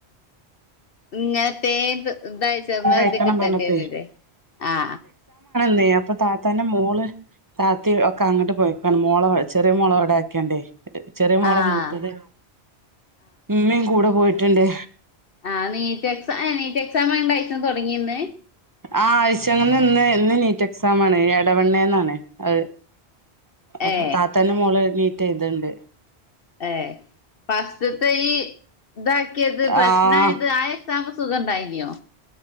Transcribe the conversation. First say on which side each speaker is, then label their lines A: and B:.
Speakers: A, on the left; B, on the right.
A: ഇന്നൽത്തെ ദയച്ചെന്ന
B: കഴിക്കണം
A: ദിക്കട്ടേണ്ടിവരൂലേ
B: പറഞ്ഞപ്പേ
A: ആ
B: ന്നെ അപ്പ താത്തന്റെ മോള് താത്ത ഒക്കെ അങ്ങോട്ട് പോയിക്കാണ് മോളെ ചെറിയ മോളെ ഇവിട ആക്കിയാണ്ടേ. ചെറിയ മോളെ
A: ആഹ്
B: മൂത്തത് ഉമ്മേം കൂടെ പോയിട്ട് ട്ട് ണ്ട്
A: ആ നീറ്റ് എക്സാം ഏ നീറ്റ് എക്സാം <unintelligible> തൊടങ്ങിന്ന്
B: ആ ആഴച്ചങ്ങന്ന് ഇന്ന് ഇന്ന് നീറ്റ് എക്സാം ആണ് എടവണ്ണേന്നാണ് അത്. പ്പ
A: ഏ
B: താത്തന്റെന്റെ മോളെടെ നീ ചെയ്ത്ണ്ട്.
A: ഏ ഫസ്റ്റുതെയ് ഇതാക്കിയത് പ്രശ്നായത്
B: ആ ആ
A: ആ എക്സാം സുഖണ്ടായിനോ?